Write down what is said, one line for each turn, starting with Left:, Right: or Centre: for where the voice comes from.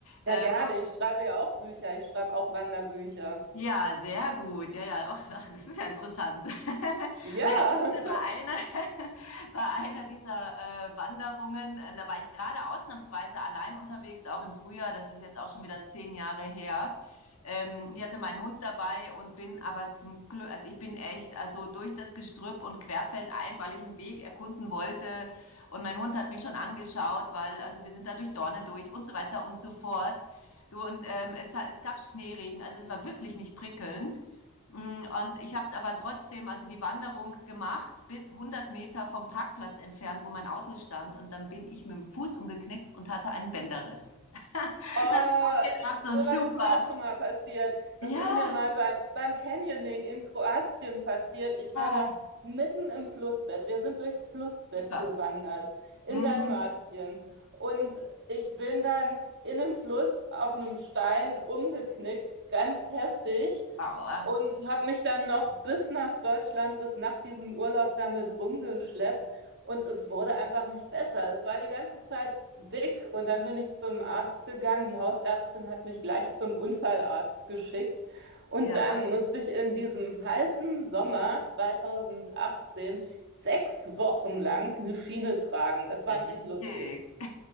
Left: Ähm,
Right: Ja, gerne. Ich schreibe ja auch Bücher. Ich schreibe auch Wanderbücher.
Left: Ja, sehr gut. Ja, ja, auch, <laughs> das ist ja interessant. <laughs>
Right: Ja.
Left: Naja,
Right: <laughs>
Left: auf jeden bei einer, <laughs> bei einer dieser äh, Wanderungen, äh, da war ich gerade ausnahmsweise allein unterwegs, auch im Frühjahr, das ist jetzt auch schon wieder zehn Jahre her. Ähm, ich hatte meinen Hund dabei und bin aber zum Glück, also ich bin echt, also durch das Gestrüpp und querfeld ein, weil ich einen Weg erkunden wollte. Und mein Hund hat mich schon angeschaut, weil, also wir sind da durch Dornen durch und so weiter und so fort. Du, und ähm, es, es gab Schneeregen, also es war wirklich nicht prickelnd. Mm, Und ich habe es aber trotzdem, also die Wanderung gemacht, bis 100 Meter vom Parkplatz entfernt, wo mein Auto stand. Und dann bin ich mit dem Fuß umgeknickt und hatte einen Bänderriss. <laughs> Dann habe
Right: Oh,
Left: ich auch gedacht, so
Right: sowas
Left: super.
Right: ist mir auch schon mal passiert.
Left: Ja,
Right: Das ist mir mal bei, beim Canyoning in Kroatien passiert. Ich
Left: ja,
Right: war da mitten im Flussbett. Wir sind durchs Flussbett
Left: super.
Right: gewandert in
Left: Mhm.
Right: Dalmatien. Und ich bin dann in einem Fluss auf einem Stein umgeknickt, ganz heftig.
Left: Aua.
Right: Und habe mich dann noch bis nach Deutschland, bis nach diesem Urlaub damit rumgeschleppt. Und es wurde einfach nicht besser. Es war die ganze Zeit dick. Und dann bin ich zum Arzt gegangen. Die Hausärztin hat mich gleich zum Unfallarzt geschickt. Und
Left: Ja.
Right: dann musste ich in diesem heißen Sommer 2018 sechs Wochen lang eine Schiene tragen. Das war
Left: Richtig.
Right: nicht lustig.
Left: <laughs>